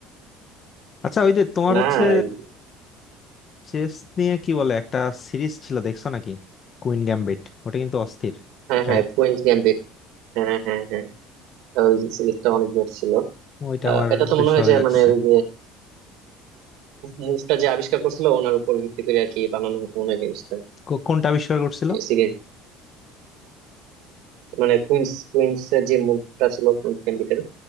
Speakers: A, on the left (about 25°); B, on the right (about 70°).
A: আচ্ছা ওই যে তোমার
B: না
A: হচ্ছে
B: এই-
A: চেস নিয়ে কি বলে একটা সিরিজ ছিল দেখছো নাকি কুইন গ্যাম্বিট ওটা কিন্তু অস্থির
B: হ্যাঁ
A: ট্রাই
B: হ্যাঁ কুইন্স গ্যাম্বিট হ্যাঁ হ্যাঁ হ্যাঁ ওই সিরিজটা অনেক বেশ ছিল
A: ওইটা
B: আহ,
A: আমার
B: এটা তো
A: বেশ
B: মনে হয়
A: ভালো
B: যে
A: লাগছে
B: মানে ওই যে মুভটা যে আবিষ্কার করছিল ওনার উপর ভিত্তি করে আর কি বানানো হতো মনে হয় গেমসটা
A: কো- কোনটা আবিষ্কার করছিল
B: সিরিজটা মানে কুইন্স কুইন্স এর যে মুভটা ছিল কুইন্স ক্যান্ডিডেট